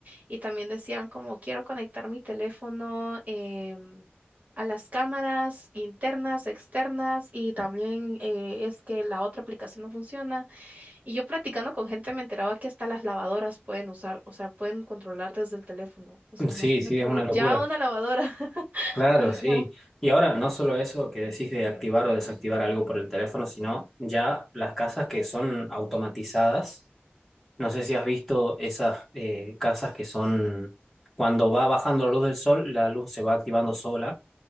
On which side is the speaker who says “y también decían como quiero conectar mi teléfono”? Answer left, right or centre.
Right